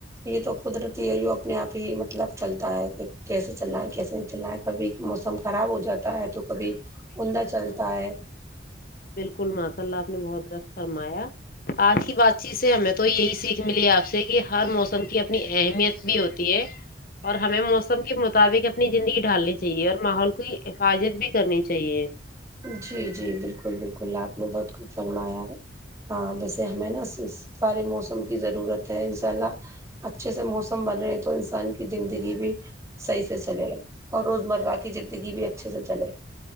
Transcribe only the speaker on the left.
بالکل ماشاء اللہ آپ نے بہت درست فرمایا آج کی بات چیت سے ہمیں تو یہی سیکھ ملی ہے آپ سے کی ہر موسم کی اپنی اہمیت بھی ہوتی ہے اور ہمیں موسم کے مطابق اپنی زندگی ڈھالنی چاہیے اور ماحول کی حفاظت بھی کرنی چاہیے